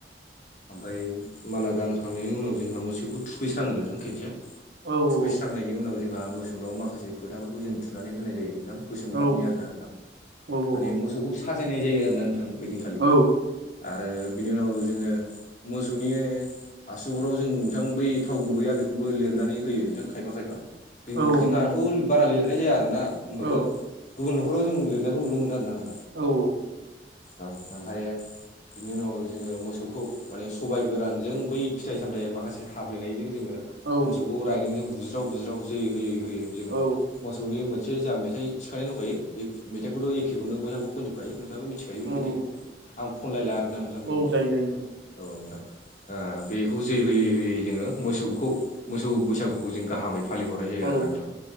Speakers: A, on the left; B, on the right.
A: ओमफाय माला गानहोखांनायनि उनाव जोंहा मोसौखौ थुखैस्राङो नोंथां खेनसे
B: औ <unintelligible>
A: खुइस्रांनायनि उनाव जोंहा मोसौनाव माखासे फोथाफोरखौ जों थुनानै होनाय जायो नोंथां। गोसोम
B: औ
A: गाबनि आरोना नोंथां
B: औ
A: माने
B: नंगौ
A: मोसौखौ
B: नंगौ
A: साजायनाय जायो आरो ना <unintelligible> ओं ओयदिंखालि
B: औ
A: आरो बिनि उनाव जोङो मोसौनि आसुगुराव जों नोंथां बै थाव गुबैया बेखौबो लिरनानै होयो नोंथां खायफा खायफा जोंनि
B: औ नंगौ
A: जोंहाथुल
B: नंगौ नंगौ
A: <unintelligible> बारा लिरनाय जाया आरोना ओमबाबो
B: औ
A: गुबुन न'खराव जों लिरनायखौ नुनो मोनो आरोना नोंथां।
B: औ औ।
A: औ ओमफायो बिनि उनाव जोङो मोसौ खौ माने सबाय गोरानजों बै फिथाइ सामथाइया माखासे हाफ्लेनायजों जोङो
B: औ
A: मोसौ गौ रायदों जों बुज्राव बुज्राव जै होयै होयै जों
B: औ
A: मोसौनि मोनसे जा मेथाइ थिखानाय दंखायो एक मेथाइखौथ' एखेखौनो बयहाबो खनजोबखायो नोंथाङाबो मिथि खायो बे
B: औ
A: मेथाइखौ
B: औ
A: आं खनलायला आरोना नोंथां बे
B: औ
A: मेथाइखौ
B: जायो जायो नोंथां
A: औ नोंथां। ओ बेखौ जै होयै होयै जोङो मोसौखौ मोसौ बैसागुखौ जों गाहामै फालिहरनाय जायो
B: औ
A: आरोना नोंथां